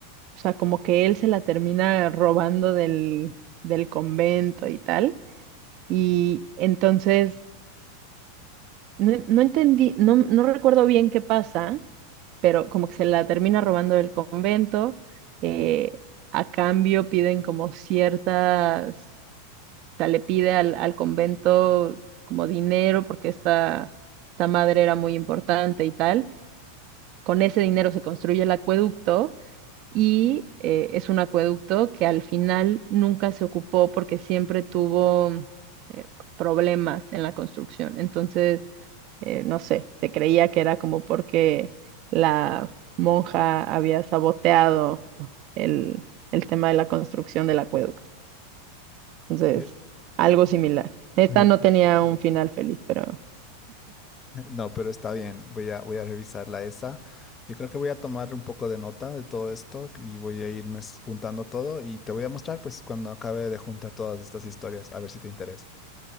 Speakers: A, on the right; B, on the left.
A: o sea, como que él se la termina robando del, del convento y tal. Y entonces, no, no entendí, no, no recuerdo bien qué pasa, pero como que se la termina robando del convento. eh, a cambio piden como ciertas O sea, le pide al, al convento como dinero porque esta, esta madre era muy importante y tal. Con ese dinero se construye el acueducto y eh, es un acueducto que al final nunca se ocupó porque siempre tuvo eh, problemas en la construcción. Entonces, eh, no sé, se creía que era como porque la monja había saboteado el, el tema de la construcción del acueducto. Entonces,
B: Eh,
A: algo similar. Esta
B: Yo,
A: no tenía un final feliz, pero
B: No, pero está bien. Voy a, voy a revisarla esa. Yo creo que voy a tomar un poco de nota de todo esto y voy a irme s- juntando todo y te voy a mostrar pues cuando acabe de juntar todas estas historias, a ver si te interesa.